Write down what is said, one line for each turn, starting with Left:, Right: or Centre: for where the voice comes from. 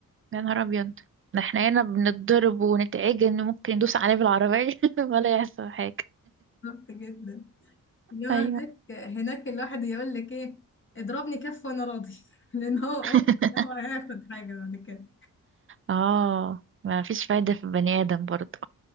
Right: يا نهار ابيض ده احنا هنا بنتضرب ونتعجن ممكن ندوس عليه بالعربية <laughs> ولا يحصل حاجة
Left: بالظبط جدا انما
Right: ايوه
Left: هناك هناك الواحد يقول لك ايه اضربني كف وانا راضي <laughs> لان هو
Right: <laughs>
Left: واثق إن هو هياخد حاجه بعد كده
Right: اه ما فيش فايدة في البني آدم برضو